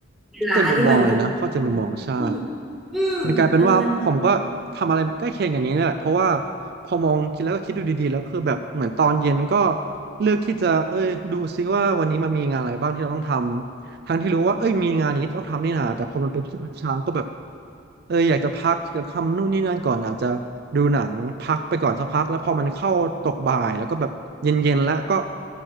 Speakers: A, in the centre; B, on the right (about 50°).
A: เวลาที่มันควรจะขึ้น
B: เข้าใจมุมมองเลยนะเข้าใจมุมมองใช่
A: อืมอืมมันมัน
B: มันกลายเป็นว่าผมก็ทำอะไรใกล้เคียงอย่างนี้เนี่ยแหละเพราะว่าพอมองคิดแล้วก็คิดดูดีๆแล้วก็คือแบบเหมือนตอนเย็นก็เลือกที่จะเอ้ยดูซิว่าวันนี้มันมีงานอะไรบ้างที่เราต้องทำทั้งที่รู้ว่าเอ้ยมีงานนี้ต้องทำนี่นาแต่พอมันเป็นช่วงเช้าก็แบบ
A: อืม
B: เอออยากจะพักจะทำนู่นนี่นั่นก่อนอาจจะดูหนังพักไปก่อนสักพักแล้วพอมันเข้าตกบ่ายแล้วก็แบบเย็นๆแล้วก็